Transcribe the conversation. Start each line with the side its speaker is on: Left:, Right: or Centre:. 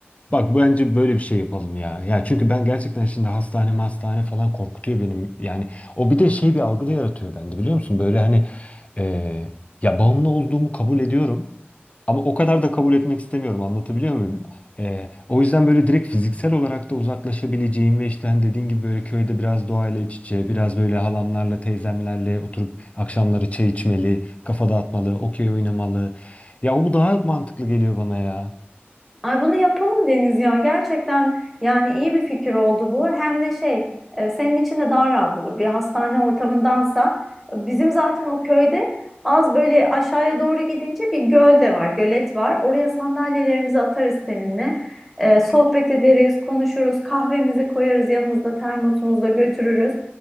Left: bak bence böyle bir şey yapalım ya. Ya çünkü ben gerçekten şimdi hastane hastane falan korkutuyor benim. Yani o bir de şey bir algı da yaratıyor bende biliyor musun? Böyle hani e, ya bağımlı olduğumu kabul ediyorum. Ama o kadar da kabul etmek istemiyorum anlatabiliyor muyum? E, o yüzden böyle direkt fiziksel olarak da uzaklaşabileceğim ve işte hani dediğin gibi böyle köyde biraz doğayla iç içe, biraz böyle halamlarla teyzemlerle oturup akşamları çay içmeli, kafa dağıtmalı, okey oynamalı. Ya bu daha mantıklı geliyor bana ya.
Centre: Ay bunu yapalım Deniz ya. Gerçekten yani iyi bir fikir oldu bu. Hem de şey e, senin için de daha rahat olur. Bir hastane ortamındansa bizim zaten o köyde az böyle aşağıya doğru gidince bir göl de var, gölet var. Oraya sandalyelerimizi atarız seninle. E, sohbet ederiz, konuşuruz, kahvemizi koyarız yanımızda termosumuzda götürürüz.